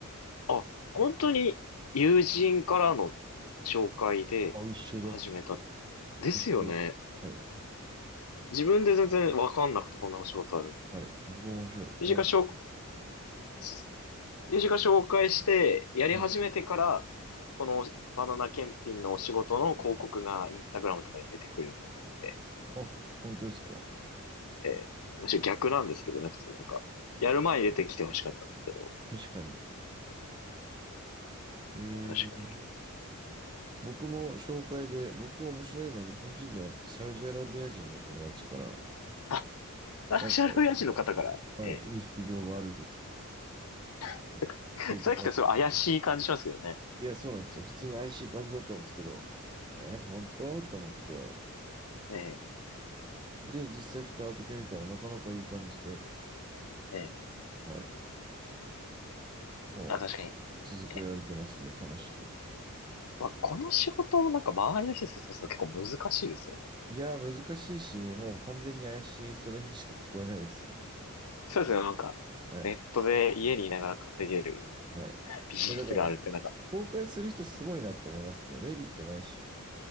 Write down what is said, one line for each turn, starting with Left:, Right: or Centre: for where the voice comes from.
Left: は。あ、本当に友人からの紹介で始めた。
Right: あ、一緒だ。
Left: ですよね。
Right: 一緒です。はい。
Left: 自分で全然わかんなくてこんなお仕事あるの。
Right: はい。僕もしょ友達。
Left: 友人から紹す友人が紹介して、やり始めてから、
Right: はい。
Left: このバナナ検品のお仕事の広告がインスタグラムとかで出てくるようになって、
Right: あ、本当ですか。
Left: えーむしろ逆なんですけどね、普通なんか、やる前に出てきてほしかったんですけど、
Right: 確かに。え
Left: 確かに。
Right: ー、僕も紹介で、僕面白いのは日本人じゃなくてサウジアラビア人の友達から、
Left: あ、ナショル親父の方から、
Right: なんか、はい、
Left: え
Right: いい副業があるぞと
Left: ー、<laughs>
Right: 教えてもらって。
Left: なんかさっきとすごい怪しい感じしますけどね。
Right: いや、そうなんですよ。普通に IC 感じだったんですけど、えー、本当と思って。
Left: え
Right: で、実際蓋を開けてみたらなかなかいい感じで。
Left: ー、え
Right: はい。もう続けられてますね、
Left: ー、あ、確かに。え
Right: 楽しく。
Left: ー、まあ、この仕事をなんか周りの人に説明するの結構難しいですよね。
Right: いやー、難しいし、もう完全に怪しい、それにしか聞こえないですよ。
Left: そうですよ、なんか、
Right: はい。
Left: ネットで家にいながら稼げる。
Right: はい。
Left: ビジネスがあるってなんか、
Right: いや、だから、紹介する人すごいなって思いますね。メリットないし。